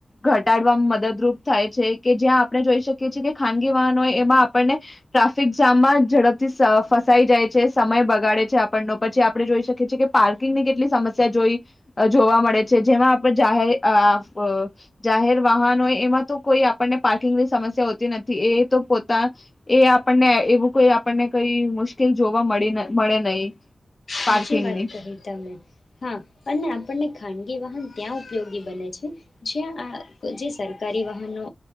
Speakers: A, on the left (about 35°); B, on the left (about 70°).
A: ઘટાડવામાં મદદરૂપ થાય છે, કે જ્યાં આપણે જોઈ શકીએ છીએ કે ખાનગી વાહનો હોય એમાં આપણને ટ્રાફિક જામમાં ઝડપથી સફ ફસાઈ જાય છે, સમય બગાડે છે આપણનો, પછી આપણે જોઈ શકીએ છીએ કે પાર્કિંગની કેટલી સમસ્યા જોઈ જોવા મળે છે જેમાં આપ જાહેર આપ જાહેર વાહન હોય એમાં તો કોઈ આપણને પાર્કિંગની સમસ્યા હોતી નથી, એ એ તો પોતા એ આપણને એવું કોઈ આપણને કઈ મુ મુશ્કેલ જોવા મળી મળે નહી.
B: સાચી
A: પાર્કિંગની.
B: વાત કહી તમે. હા અને આપણને ખાન ગી વાહન ત્યાં ઉપયોગી બને છે, જ્યાં આ અહ જે સરકારી વાહનો